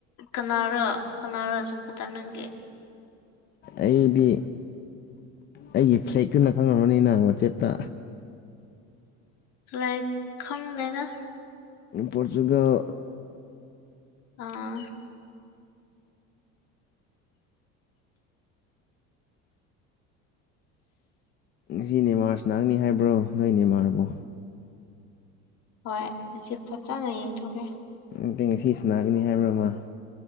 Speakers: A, on the left (about 60°); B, on the left (about 35°).
A: ꯀꯅꯥꯔꯣ ꯀꯅꯥꯔꯣ ꯁꯞꯄꯣꯠꯇ ꯅꯪꯒꯤ
B: ꯑꯩꯗꯤ ꯑꯩꯒꯤ ꯐ꯭ꯂꯦꯛꯇꯨꯅ ꯈꯪꯉꯝꯃꯅꯤꯅ ꯋꯥꯆꯦꯞꯇ
A: ꯐ꯭ꯂꯦꯛ ꯈꯪꯗꯦꯗ
B: ꯄꯣꯔꯇꯨꯒꯜ
A: ꯑꯥ
B: ꯉꯁꯤ ꯅꯦꯃꯥꯔ ꯁꯥꯟꯅꯍꯪꯅꯤ ꯍꯥꯏꯕ꯭ꯔꯣ ꯅꯣꯏ ꯅꯦꯃꯥꯔꯕꯣ
A: ꯍꯣꯏ ꯉꯁꯤ ꯐꯖꯅ ꯌꯦꯡꯊꯣꯛꯀꯦ
B: ꯅꯠꯇꯩ ꯉꯁꯤ ꯁꯥꯟꯅꯒꯅꯤ ꯍꯥꯏꯕꯔ ꯃ